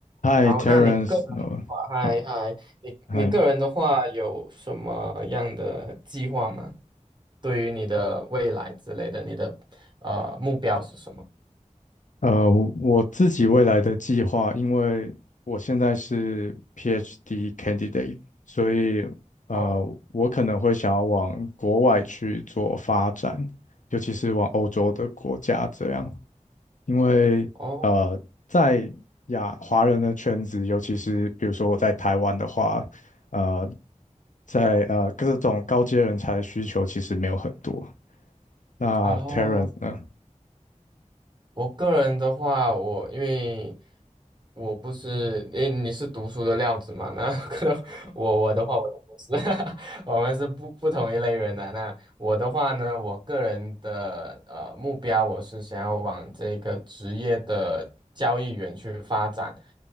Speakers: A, on the left; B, on the right.
A: Hi,
B: 好，
A: t
B: 那你个人的话，
A: e r e n c e 呃，
B: 嗨嗨，
A: 呃
B: 你你个人的话有什么样的计划吗？
A: i
B: 对于你的未来之类的，你的呃目标是什么？
A: 呃，我我自己未来的计划，因为我现在是 PhD candidate，所以呃，
B: 哦
A: 我可能会想要往国外去做发展，尤其是往欧洲的国家这样，因为呃，
B: 哦
A: 在亚华人的圈子，尤其是比如说我在台湾的话，呃，在呃各种高阶人才的需求其实没有很多。那
B: 哦。
A: Terence 呢？
B: 我个人的话，我因为我不是，诶，你是读书的料子嘛？那 <laughs> 可能我我的话，我不是，<laughs> 我们是不不同一类人的、那我的话呢，我个人的呃目标，我是想要往这个职业的交易员去发展，